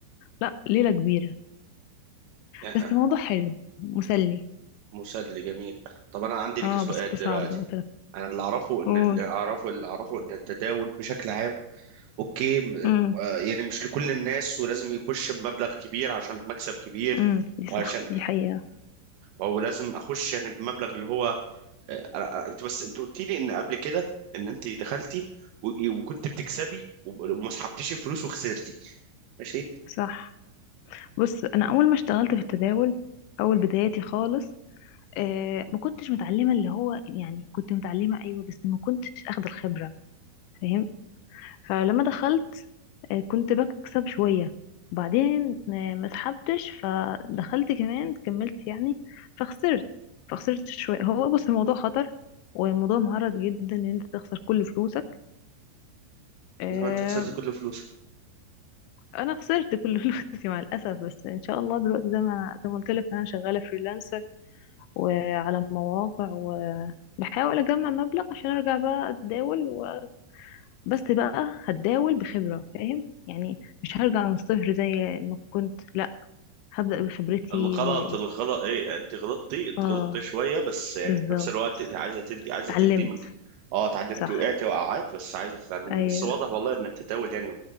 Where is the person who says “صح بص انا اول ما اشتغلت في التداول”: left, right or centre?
Left